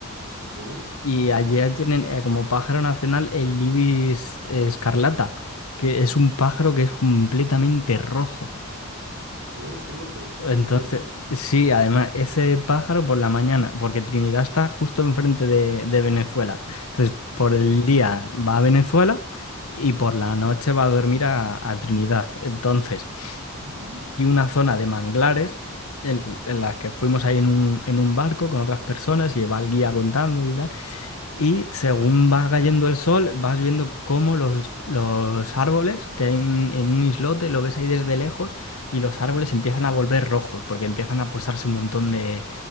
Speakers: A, on the right (about 75°); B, on the left (about 75°).
A: ¿Ya?
B: y allí tienen eh, como pájaro nacional el ibis eh, escarlata, que es un pájaro que es completamente rojo.
A: Oh, qué loco.
B: Entonces,
A: Qué interesante.
B: sí, además, ese pájaro por la mañana, porque Trinidad está justo enfrente de, de Venezuela. Entonces, por
A: Ujú.
B: el día va a Venezuela y por la noche va a dormir a, a Trinidad. Entonces,
A: Mm.
B: y una zona de manglares el- en las que fuimos ahí en un, en un barco con otras personas y va el guía contando y tal. Y según va cayendo el sol, vas viendo cómo los, los árboles, que hay en, en un islote, lo ves ahí desde lejos, y los árboles empiezan a volver rojos, porque empiezan a posarse un montón de,